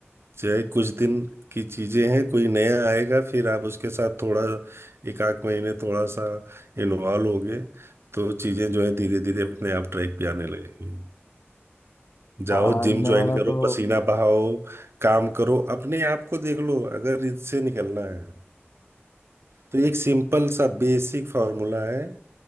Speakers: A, on the right (about 65°); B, on the left (about 70°).
A: चाहे कुछ दिन की चीजें हैं कोई नया आएगा फिर आप उसके साथ थोड़ा एक आध महीने थोड़ा सा इन्वॉल्व होगे तो चीजें जो है धीरे धीरे अपने आप ट्रैक पे आने लगेंगी जाओ
B: आ,
A: जिम
B: मैं
A: ज्वाइन करो
B: तो
A: पसीना बहाओ काम करो अपने आप को देख लो अगर इससे निकलना है तो एक सिंपल सा बेसिक फॉर्मूला है